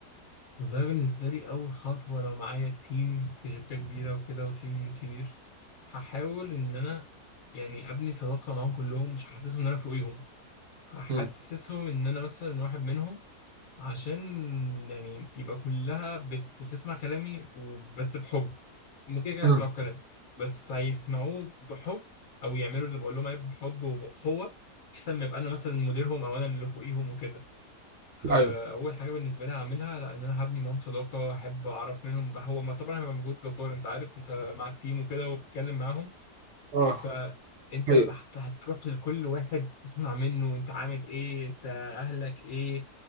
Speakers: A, on the left; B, on the right.
A: والله بالنسبة لي أول خطوة لو معايا تيم في شركة كبيرة وكده وتيم كبير هحاول إن أنا يعني أبني صداقة معاهم كلهم مش هحسسهم إن أنا فوقيهم هحسسهم
B: مم.
A: إن أنا مثلا واحد منهم عشان يعني يبقى كلها بت... بتسمع كلامي وبس بحب هم كده كده
B: مم.
A: هيسمعوا كلامي بس هيسمعوه بحب او يعملوا اللي بقول لهم عليه بحب وبأخوة احسن ما يبقى انا مثلا مديرهم او انا اللي فوقيهم وكده فاول
B: ايوه
A: حاجه بالنسبه لي هعملها لا ان انا هبني معاهم صداقه احب اعرف منهم هو ما طبعا هيبقى مجهود جبار انت عارف انت معاك تيم وكده وبتتكلم معاهم
B: اه
A: فانت
B: هي
A: هت- هتروح لكل واحد تسمع منه انت عامل ايه انت اهلك ايه